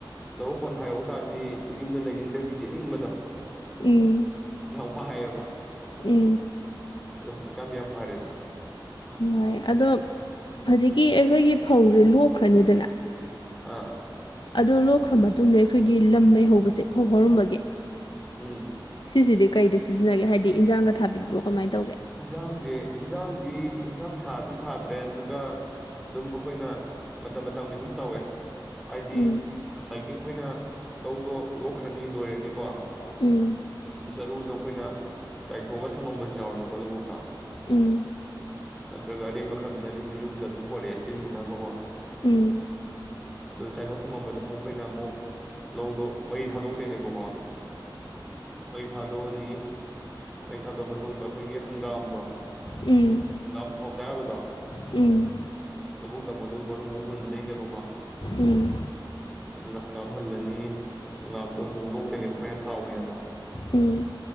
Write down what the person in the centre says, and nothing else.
ꯂꯧꯔꯛ ꯄꯣꯟꯊꯥ ꯌꯧ ꯇꯥꯔꯗꯤ ꯌꯨꯝꯗ ꯂꯩꯅꯤꯡꯗꯕꯤ ꯆꯦꯠꯅꯤꯡꯕꯗꯣ
ꯋꯥꯕ
ꯑꯗꯣ ꯍꯧꯖꯤꯛꯀꯥꯟꯗꯤ ꯌꯥꯝ ꯐꯥꯔꯦꯗ
ꯑꯥ
ꯎꯝ
ꯏꯟꯁꯥꯡꯁꯦ ꯏꯟꯖꯥꯡꯗꯤ ꯏꯟꯖꯥꯡ ꯊꯥꯗꯤ ꯊꯥꯗ꯭ꯔꯦ ꯑꯗꯨꯒ ꯑꯗꯨꯝ ꯑꯩꯈꯣꯏꯅ ꯃꯇꯝ ꯃꯇꯝꯒꯤ ꯑꯗꯨꯝ ꯇꯧꯋꯦ ꯍꯥꯏꯗꯤ
ꯉꯁꯥꯏꯒꯤ ꯑꯩꯈꯣꯏꯅ ꯂꯧꯗꯣ ꯂꯣꯛꯈ꯭ꯔꯅꯤ ꯂꯣꯏꯔꯅꯤꯀꯣ
ꯑꯗꯨ ꯆꯔꯨꯗꯣ ꯑꯩꯈꯣꯏꯅ ꯆꯥꯏꯊꯣꯛꯑꯒ ꯊꯝꯃꯝꯕꯁꯨ ꯌꯥꯎꯋꯦꯕ ꯋꯥꯣꯂꯕꯨꯣꯛꯛꯇ
ꯅꯠꯇ꯭ꯔꯒ ꯑꯔꯦꯝꯕ ꯈꯔꯗꯨꯅ ꯌꯨꯝ ꯌꯨꯝꯗ ꯑꯗꯨꯝ ꯄꯣꯔꯛꯑꯦ ꯁꯤꯖꯤꯟꯅꯅꯕꯀꯣ
ꯑꯗꯨ ꯆꯥꯏꯊꯣꯛ ꯊꯝꯃꯝꯕꯗ ꯑꯃꯨꯛ ꯑꯩꯈꯣꯏꯅ ꯑꯃꯨꯛ ꯂꯧꯗꯣ ꯃꯩ ꯊꯥꯗꯣꯛꯇꯣꯏꯅꯦꯕꯀꯣ ꯃꯩ ꯊꯥꯗꯣꯅꯤ ꯃꯩ ꯊꯥꯗꯣꯛꯑ ꯃꯇꯨꯡꯗ ꯑꯩ ꯍꯦꯏꯒꯤ ꯍꯪꯒꯥꯝꯗꯣ
ꯍꯪꯒꯥꯝ ꯊꯥꯎ ꯆꯥ ꯌꯥꯕꯗꯣ
ꯇꯣ ꯑꯗꯨ ꯃꯔꯨ ꯃꯨꯍꯨꯟꯗꯣꯏꯅꯦꯕꯀꯣ
ꯑꯗꯨꯅ ꯍꯪꯒꯥꯝ ꯍꯨꯜꯂꯅꯤ ꯍꯪꯒꯥꯝꯗꯣ ꯑꯃꯨꯛ ꯂꯣꯛꯇꯅꯦꯕ ꯑꯩꯈꯣꯏꯅ ꯊꯥꯎꯒꯤꯗꯃꯛ